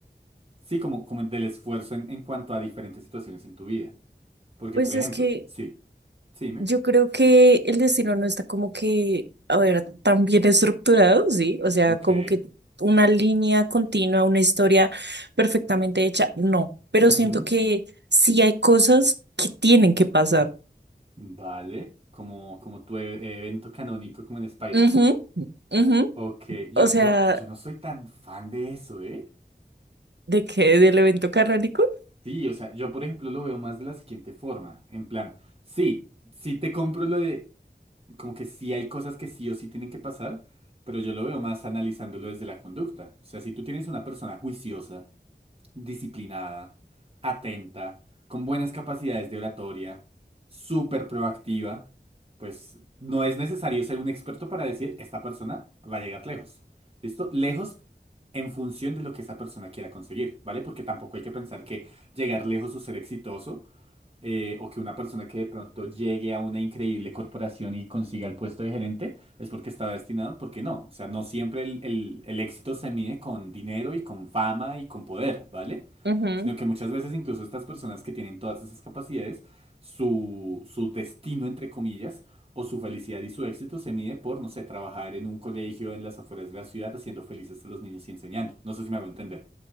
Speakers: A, on the right; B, on the right.
A: sí, como, como del esfuerzo en, en cuanto a diferentes situaciones en tu vida. Porque,
B: Pues
A: por ejemplo,
B: es que
A: sí, sí, dime.
B: Yo creo que el destino no está como que, a ver, tan bien estructurado, sí, o sea,
A: Ok,
B: como que una línea continua, una historia perfectamente hecha, no, pero
A: ujú,
B: siento que sí hay cosas que tienen que pasar.
A: vale, como, como tu e- evento canónico como en Spider-Man.
B: Ujú, ujú.
A: Ok, yo,
B: O sea,
A: yo, yo no soy tan fan de eso, ¿eh?
B: ¿De qué? ¿Del evento canónico?
A: Sí, o sea, yo por ejemplo lo veo más de la siguiente forma, en plan, sí, sí te compro lo de, como que sí hay cosas que sí o sí tienen que pasar, pero yo lo veo más analizándolo desde la conducta. O sea, si tú tienes una persona juiciosa disciplinada, atenta, con buenas capacidades de oratoria, súper proactiva, pues no es necesario ser un experto para decir esta persona va a llegar lejos. ¿Listo? Lejos en función de lo que esa persona quiera conseguir, ¿vale? Porque tampoco hay que pensar que llegar lejos o ser exitoso eh, o que una persona que de pronto llegue a una increíble corporación y consiga el puesto de gerente, es porque está destinado, porque no. O sea, no siempre el, el- el éxito se mide con dinero y con fama y con poder, ¿vale?
B: Ujú,
A: Sino que muchas veces incluso estas personas que tienen todas esas capacidades, su, su destino, entre comillas, o su felicidad y su éxito se mide por, no sé, trabajar en un colegio en las afueras de la ciudad haciendo felices a los niños y enseñando. No sé si me hago entender.